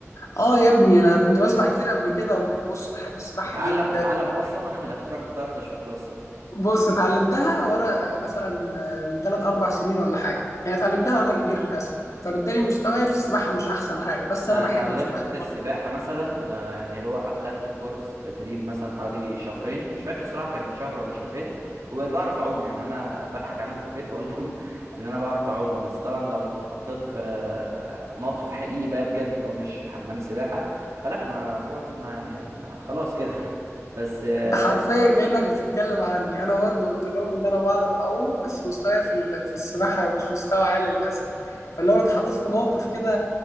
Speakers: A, on the left; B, on the right.
A: اه يا ابني انا كنت بسبح كتير قبل كده وبص بحب السباحه
B: متعلم
A: جدا
B: متعلم اصلا <laughs> ولا بتروح تطرطش وخلاص
A: بص اتعلمتها وانا مثلا آه، من ثلاث اربع سنين ولا حاجه يعني اتعلمتها وانا كبير للاسف فبالتالي مستواي في السباحه مش احسن حاجه بس انا
B: انا
A: بحب
B: اتعلمت
A: بصراحه
B: السباحه مثلا آه، يعني اللي هو اخدت كورس تدريب مثلا حوالي شهرين مش فاكر الصراحه كان شهر ولا شهرين وبعرف اعوم يعني انا بضحك عليهم في البيت واقول لهم <laughs> ان انا بعرف اعوم بس طبعا لو اتحطيت في موقف حقيقي بقى بجد اللي هو مش حمام سباحه فلا انا طبعا يعني خلاص كده <laughs> بس آه،
A: انت حرفيا كانك بتتكلم عني انا برضه قلت لهم ان انا بعرف اعوم بس مستواي في ال- في السباحه مش مستوى عالي للاسف فلو انا اتحطيت في موقف كده